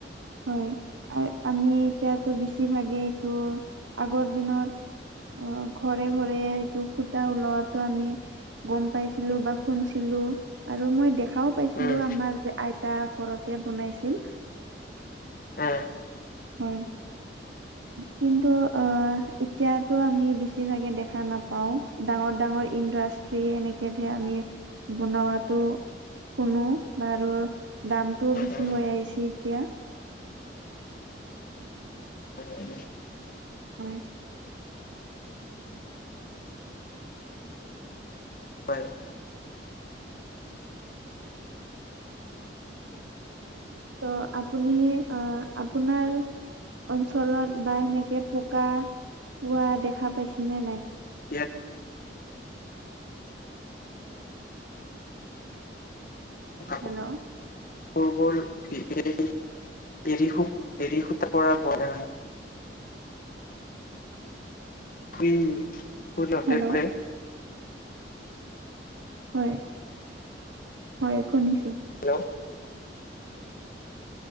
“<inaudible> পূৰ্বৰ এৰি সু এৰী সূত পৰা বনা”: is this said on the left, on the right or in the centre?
Left